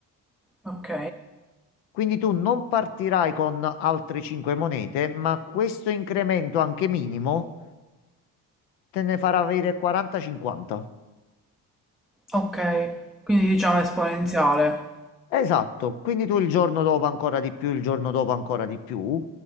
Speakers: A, in the centre; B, on the left.
A: ok.
B: Quindi tu non partirai con altre 5 monete, ma questo incremento anche minimo te ne farà avere 40-50.
A: Ok, quindi diciamo esponenziale.
B: Esatto, quindi tu il giorno dopo ancora di più, il giorno dopo ancora di più.